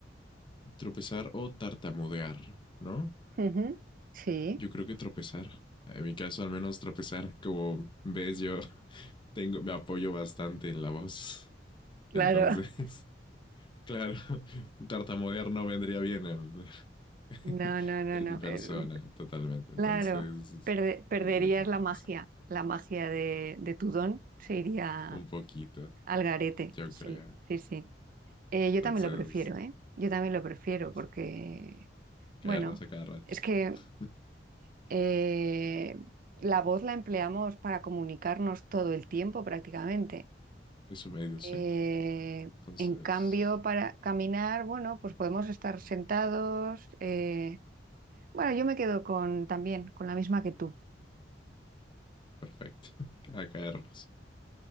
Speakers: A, on the left; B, on the right.
A: Tropezar o tartamudear, ¿no?
B: Ujú, Sí,
A: Yo creo que tropezar. En mi caso, al menos tropezar. Como ves, yo <laughs> tengo, me apoyo bastante en la voz.
B: claro.
A: Entonces, <laughs> claro, <laughs> tartamudear no vendría bien en,
B: No,
A: <laughs>
B: no, no,
A: en
B: no.
A: mi persona,
B: eh,
A: totalmente. Entonces,
B: claro, perde- perderías
A: yo creo que tropezar.
B: la magia, la magia de, de tu don se iría
A: Un poquito,
B: al garete.
A: yo
B: Sí,
A: creo.
B: sí, sí. Eh, yo también
A: Entonces,
B: lo prefiero, ¿eh? Yo también lo prefiero
A: as-
B: porque,
A: caernos
B: bueno,
A: a cada rato.
B: es que
A: <laughs>
B: eh, la voz la empleamos para comunicarnos todo el tiempo prácticamente.
A: Es un medio, sí.
B: Eh,
A: Entonces,
B: en cambio, para caminar, bueno, pues podemos estar sentados. eh, Bueno, yo me quedo con también con la misma que tú.
A: perfecto. <laughs> A caernos.